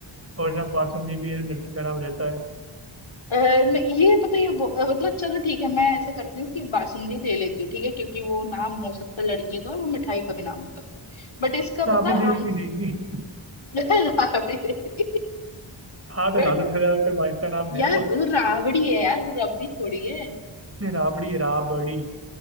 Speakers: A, on the right; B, on the left.
A: और ना बासुंदी भी है ना लड़की का नाम रहता है
B: अ, न- ये पता है ये बहु- अ, मतलब चलो ठीक है मैं ऐसे करती हूँ कि बासुंदी ले लेती हूँ ठीक है क्योंकि वो नाम हो सकता है लड़की का और वो मिठाई का भी नाम हो सकता है बट इसका
A: राबड़ी
B: पता
A: देवी
B: आंसर
A: भी है ही नहीं
B: <laughs> राबड़ी देवी।
A: हाँ तो
B: बट
A: लालू प्रसाद यादव के वाइफ का
B: <laughs>
A: नाम है
B: यार
A: वो
B: वो राबड़ी है यार वो रबड़ी थोड़ी है
A: नहीं राबड़ी है राबड़ी